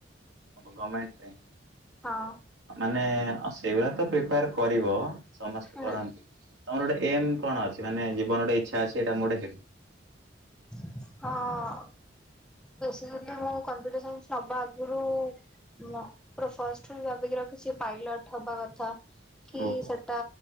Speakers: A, on the right (about 90°); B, in the centre.
A: ଓ ଗମେଣ୍ଟ ପାଇଁ
B: ହଁ
A: ମାନେ ଓ ସେଉରା ତ ପ୍ରିଫାର କରିବ। ସମସ୍ତେ
B: ଉଁ
A: କରାନ୍ତି। ତମର ଗୋଟେ ଏମ୍ କଣ ଅଛି ମାନେ ଜୀବନ ଗୋଟେ ଇଚ୍ଛା ଅଛି ଏଇଟା ମୁଁ ଗୋଟେ ହେବି।
B: ହଁ। ବେଶୀ ଦିନର ମୋ କମ୍ପିଟିସନ୍ ସବା ଆଗରୁ ନା ପୁରା ଫାଷ୍ଟ ରୁ ମୁଁ ଭାବିକି ର କିଛି ପାଇଲଟ୍ ହବା କଥା କି
A: ଓହୋ
B: ସେଟା